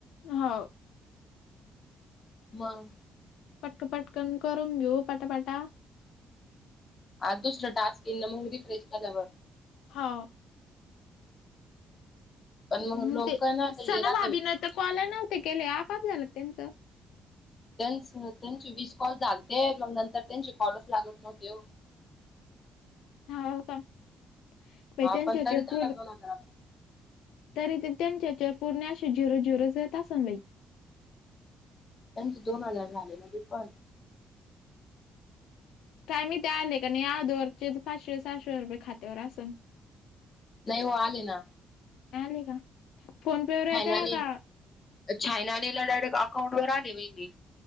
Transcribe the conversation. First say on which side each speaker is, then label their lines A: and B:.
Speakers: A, on the left; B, on the left.
A: हो
B: म
A: पटक पटकन करून घेऊ पाटापाटा
B: हा दुसरं टास्क येन ना मग दी फ्रेश झाल्यावर
A: हो
B: पण मग
A: हम्
B: लोक
A: ते
B: ना
A: सना
B: हे राहत
A: भाभीन
B: बाई
A: तर कॉल नव्हते गेले आपाआप झालं त्यांचं
B: त्यांच त्यांची विस कॉल झालते मग नंतर त्यांचे कॉलच लागत नव्हते
A: हा काै
B: हा
A: त्यांच्याच्या
B: पण तरी त्यांना
A: पूरण
B: दोन हजार आला
A: तरी ते त्यांच्याच्यावर पूर्ण अे झिरो झिरोेत असई
B: त्यांचे दोन हजार झाले म्ह पण
A: काय मी ते आले का नाही आज ववररचे पाचशे सहाशे रुपये खात्यावर असन
B: नाही हो आले ना
A: आले का फोन पे वर
B: छायनाने
A: येत का
B: छायनानीला डायरेक्ट अकाउंटवर आले महिनी